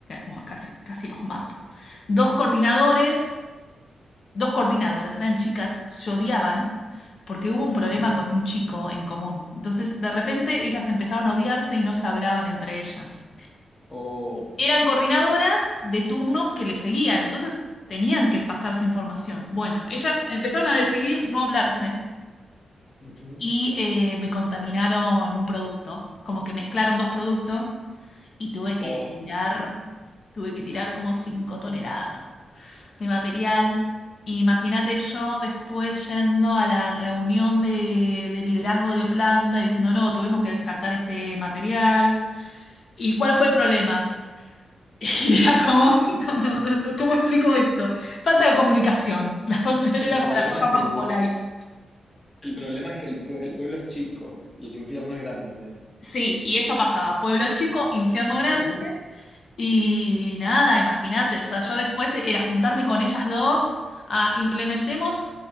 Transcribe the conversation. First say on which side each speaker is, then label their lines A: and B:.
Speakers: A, on the left; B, on the left.
A: bueno, casi, casi los mato. Dos coordinadores, dos coordinadoras, eran chicas, se odiaban porque hubo un problema
B: Ujú.
A: con un chico en común. Entonces, de repente, ellas empezaron a odiarse y no se hablaban entre ellas.
B: O,
A: Eran coordinadoras de turnos que le seguían, entonces tenían que pasarse información. Bueno, ellas empezaron a decidir no hablarse.
B: ujú.
A: y eh, me contaminaron un producto, como que mezclaron dos productos y tuve que
B: Oh,
A: tirar, tuve que tirar como cinco toneladas de material. Imagínate yo después yendo a la reunión de, de liderazgo de planta diciendo, no, tuvimos que descartar este material. ¿Y cuál fue el problema? <laughs> Y era como, no, no, no, no, ¿cómo explico esto? Falta de comunicación. <laughs> La forma- era
B: el
A: como
B: problema
A: la forma
B: es que el,
A: más polite.
B: el problema es que el, pue- el pueblo es chico y el infierno es grande.
A: Sí, y eso pasaba. Pueblo chico, infierno
B: <laughs>
A: grande. Y nada, imagínate. O sea, yo después era juntarme con ellas dos a implementemos